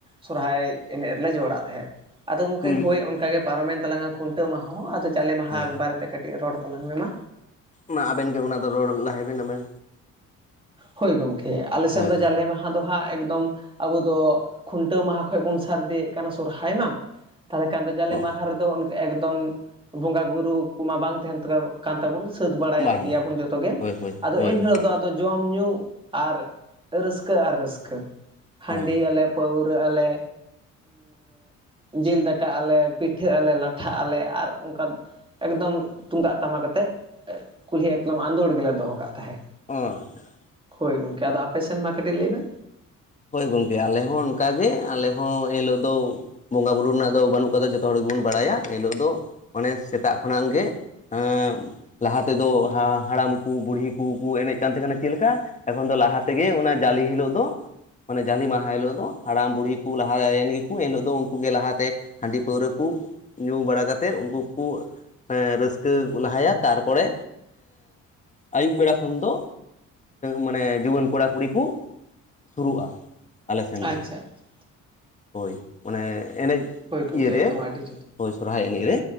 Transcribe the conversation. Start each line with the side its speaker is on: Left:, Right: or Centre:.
Right: ᱥᱚᱨᱦᱟᱭ ᱮᱱᱮᱡ ᱨᱮᱞᱮ ᱡᱚᱲᱟᱜ ᱛᱟᱦᱮᱸᱫ᱾ ᱟᱫᱚ ᱜᱚᱢᱠᱮ
Left: ᱠᱩᱞ
Right: ᱦᱳᱭ ᱚᱱᱠᱟᱜ ᱜᱮ ᱯᱟᱨᱚᱢᱮᱱ ᱛᱟᱞᱟᱝᱟ ᱠᱷᱩᱱᱴᱟᱹᱣ ᱢᱟᱦᱟ ᱦᱚᱸ ᱟᱫᱚ ᱡᱟᱞᱮ ᱢᱟᱦᱟ
Left: ᱦᱳᱭ
Right: ᱵᱟᱨᱮᱛᱮ ᱠᱟᱹᱤᱡ ᱨᱚᱲ ᱛᱟᱞᱟᱝ ᱢᱮᱢᱟ
Left: ᱢᱟ ᱟᱵᱮᱱ ᱜᱮ ᱚᱱᱟᱫᱚ ᱨᱚᱲ ᱞᱟᱦᱟᱭᱵᱮᱱ ᱟᱵᱮᱱ?
Right: ᱦᱳᱭ ᱜᱚᱢᱠᱮ ᱟᱞᱮ ᱥᱮᱱ
Left: ᱦᱳᱭ
Right: ᱫᱚ ᱡᱟᱞᱮ ᱢᱟ ᱟᱫᱚ ᱦᱟᱸᱜ ᱮᱠᱫᱚᱢ ᱟᱵᱚ ᱫᱚ ᱠᱷᱩᱱᱴᱟᱹᱣ ᱢᱟᱦᱟ ᱠᱷᱚᱱ ᱵᱚᱱ ᱥᱟᱨᱫᱤᱭᱮᱜ ᱠᱟᱱᱟ ᱥᱚᱨᱦᱟᱭ ᱢᱟ᱾ ᱛᱟᱦᱚᱞᱮ ᱠᱷᱟᱱ ᱫᱚ ᱡᱟᱞᱮ
Left: ᱚ
Right: ᱢᱟᱦᱟ ᱨᱮᱫᱚ ᱮᱠᱫᱚᱢ ᱵᱚᱸᱜᱟ ᱵᱩᱨᱩ ᱠᱚᱢᱟ ᱵᱟᱝ ᱛᱟᱦᱮᱱ ᱛᱟᱠᱚ ᱠᱟᱱ ᱛᱟᱵᱚᱱ ᱥᱟᱹᱛ ᱵᱟᱲᱟᱭᱮᱫ
Left: ᱵᱟᱝ
Right: ᱜᱮᱭᱟᱵᱚᱱ
Left: ᱵᱟᱝ
Right: ᱡᱚᱛᱚᱜ ᱜᱮ
Left: ᱦᱳᱭ ᱦᱳᱭ
Right: ᱟᱫᱚ
Left: ᱦᱳᱭ
Right: ᱮᱱᱦᱤᱞᱳᱜ
Left: ᱦᱳᱭ
Right: ᱫᱚ ᱟᱫᱚ ᱡᱚᱢ ᱡᱚᱢ ᱧᱩ ᱟᱨ ᱨᱟᱹᱥᱠᱟᱹ ᱟᱨ ᱨᱟᱹᱥᱠᱟᱹ ᱦᱟᱺᱰᱤ
Left: ᱟᱪᱪᱷᱟ
Right: ᱟᱞᱮ ᱯᱟᱹᱣᱨᱟᱹᱜ ᱟᱞᱮ, ᱡᱤᱞ ᱫᱟᱠᱟᱜ ᱟᱞᱮ, ᱯᱤᱴᱷᱟᱹᱜ ᱟᱞᱮ, ᱞᱟᱴᱷᱟᱜ ᱟᱞᱮ ᱟᱨ ᱚᱱᱠᱟ ᱮᱠᱫᱚᱢ ᱛᱩᱢᱫᱟᱜ ᱴᱟᱢᱟᱠᱛᱮᱜ ᱠᱩᱞᱦᱤ ᱮᱠᱫᱚᱢ ᱟᱸᱫᱳᱲ ᱜᱮᱞᱮ ᱫᱚᱦᱚ ᱠᱟᱜ ᱛᱟᱦᱮᱸᱫ᱾
Left: <unintelligible>
Right: ᱦᱳᱭ ᱜᱚᱢᱠᱮ ᱟᱫᱚ ᱟᱯᱮᱥᱮᱱ ᱢᱟ ᱠᱟᱹᱴᱤᱡ ᱞᱟᱹᱭᱵᱮᱱ?
Left: ᱦᱳᱭ ᱜᱚᱝᱠᱮ ᱟᱞᱮ ᱦᱚᱸ ᱚᱱᱠᱟᱜᱮ ᱟᱞᱮ ᱦᱚᱸ ᱮᱱᱦᱤᱞᱳᱜ ᱫᱚ ᱵᱚᱸᱜᱟ ᱵᱩᱨᱩ ᱨᱮᱱᱟᱜ ᱫᱚ ᱵᱟᱹᱱᱩᱜ ᱠᱟᱫᱟ ᱡᱚᱛᱚ ᱦᱚᱲ ᱜᱮᱵᱚᱱ ᱵᱟᱲᱟᱭᱟ ᱮᱱᱦᱤᱞᱳᱜ ᱫᱚ ᱢᱟᱱᱮ ᱥᱮᱛᱟᱜ ᱠᱷᱚᱱᱟᱜ ᱜᱮ ᱦᱮᱸ ᱞᱟᱦᱟ ᱛᱮᱫᱚ ᱦᱟᱲᱟᱢ ᱠᱚ ᱵᱩᱲᱦᱤ ᱠᱚᱠᱚ ᱮᱱᱮᱡ ᱠᱟᱱ ᱛᱟᱦᱮᱸ ᱠᱟᱱᱟ ᱪᱮᱫ ᱞᱮᱠᱟ ᱮᱠᱷᱚᱱ ᱫᱚ ᱞᱟᱦᱟ ᱛᱮᱜᱮ ᱚᱱᱟ ᱡᱟᱞᱮ ᱦᱤᱞᱳᱜ ᱫᱚ ᱢᱟᱱᱮ ᱡᱟᱞᱮ ᱢᱟᱦᱟ ᱦᱤᱞᱳᱜ ᱫᱚ ᱦᱟᱲᱟᱢ ᱵᱩᱲᱦᱤ ᱠᱚ ᱞᱟᱦᱟᱭᱮᱱ ᱜᱮᱠᱚ ᱮᱱ ᱦᱤᱞᱳᱜ ᱫᱚ ᱩᱱᱠᱩᱜ ᱜᱮ ᱞᱟᱦᱟᱛᱮ ᱦᱟᱺᱰᱤ ᱯᱟᱹᱣᱨᱟᱹ ᱠᱚ ᱧᱩ ᱵᱟᱲᱟ ᱠᱟᱛᱮᱫ ᱩᱱᱠᱩ ᱠᱚ ᱮ ᱨᱟᱹᱥᱠᱟᱹ ᱞᱟᱦᱟᱭᱟ ᱛᱟᱨᱯᱚᱨᱮ ᱟᱹᱭᱩᱵ ᱵᱮᱲᱟ ᱠᱷᱚᱱ ᱫᱚ ᱢᱟᱱᱮ ᱡᱩᱣᱟᱹᱱ ᱠᱚᱲᱟ ᱠᱩᱲᱤ ᱠᱚ ᱥᱩᱨᱩᱜ-ᱟ ᱟᱞᱮᱥᱮᱱ
Right: ᱟᱪᱪᱷᱟ
Left: ᱫᱚ
Right: ᱟᱪᱪᱷᱟ
Left: ᱦᱳᱭ ᱢᱟᱱᱮ ᱮᱱᱮᱡ
Right: ᱦᱳᱭ ᱜᱚᱢᱠᱮ
Left: ᱤᱭᱟᱹᱨᱮ
Right: ᱮᱠᱫᱚᱢ ᱟᱹᱰᱤ
Left: ᱦᱳᱭ ᱥᱚᱨᱦᱟᱭ ᱮᱱᱮᱡ ᱨᱮ